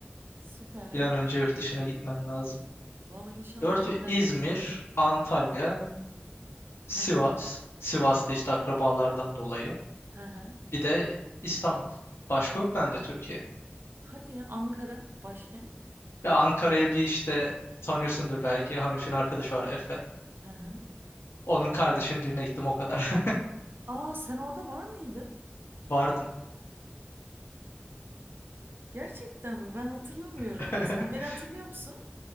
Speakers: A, on the right (about 60°); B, on the left (about 85°).
A: Süper.
B: Bir an önce yurt dışına gitmem lazım.
A: Vallahi inşallah
B: dört
A: beklentilerin.
B: İzmir, Antalya, Sivas.
A: Hı hı,
B: Sivas'ta işte akrabalardan dolayı.
A: hı hı.
B: Bir de İstanbul. Başka yok bende Türkiye.
A: Hadi ya Ankara başkent.
B: Ve Ankara'ya bir işte tanıyorsundur belki. Hanif'in arkadaşı var Efe.
A: Hı hı.
B: Onun kardeşinin düğüne gittim o kadar.
A: Aa sen orada var mıydın?
B: <laughs> Vardım.
A: Gerçekten mi? Ben hatırlamıyorum.
B: <laughs>
A: Sen beni hatırlıyor musun?